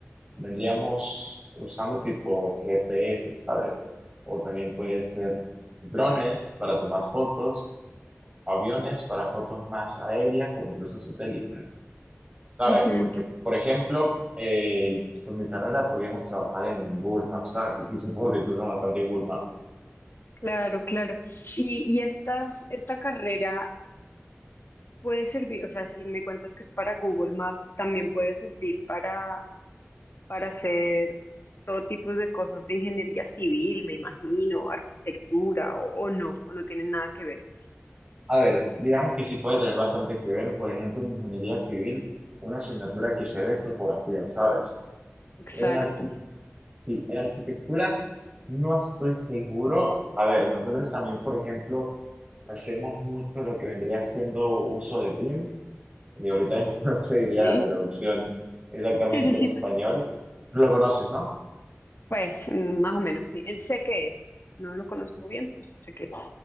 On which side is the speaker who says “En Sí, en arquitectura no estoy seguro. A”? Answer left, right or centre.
Right